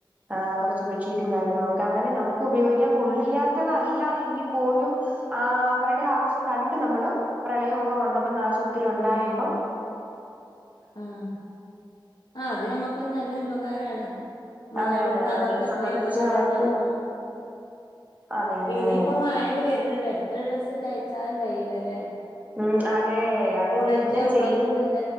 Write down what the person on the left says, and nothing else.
ആഹ് അതെ ആഹ് അത് നമ്മുക്കും നല്ലൊരു ഉപകാരാണ്. മ്
കൊടുത്താ
അവർക്ക് എത്രേ
ഉപകാരണ്ടാവു
ആഹ്
ഇനിയിപ്പം മഴൊക്കെ വര്ന്ണ്ട് എത്ര ഡ്രസ്സ് തെയ്ച്ചാലും തെയ്യീലലേ
ഉണക്കിയ
ഉണങ്ങൂല്ല